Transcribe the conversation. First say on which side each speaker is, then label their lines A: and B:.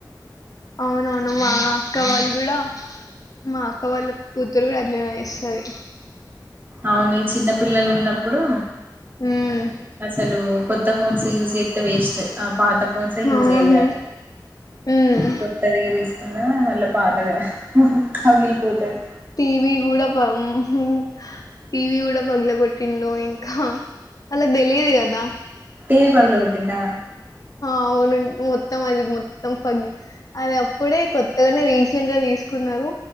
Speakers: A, on the left (about 50°); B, on the right (about 25°).
A: అవునవును మా అక్క వాళ్ళు కూడా మా అక్క వాళ్ళ కూతురు కూడా అది వస్తుంది
B: అవును ఈ చిన్న పిల్లలు ఉన్నప్పుడు
A: ఉమ్
B: అసలు కొత్త ఫోన్స్ ూస్ చేతే వేస్ట్ అఫ్ పాత ఫోన్స్ యూస్
A: ఆహా
B: చేయాలి
A: ఉమ్
B: పుత్త దిసగిరి స్ అన్నా మళ్ళా పాతగా పగిలిపోతది
A: టి వి కూడాడా ప వి కూడాడా పగల కొట్టింు ద ఇంకా అలాగ తెలిది కదా
B: టీ వి పగల కొట్టిందా
A: అవునుడి మొత్తం అది మొత్తం పగి అది అప్పుడే కొత్తగానే రీసెంట్ గా తీసుకున్నారు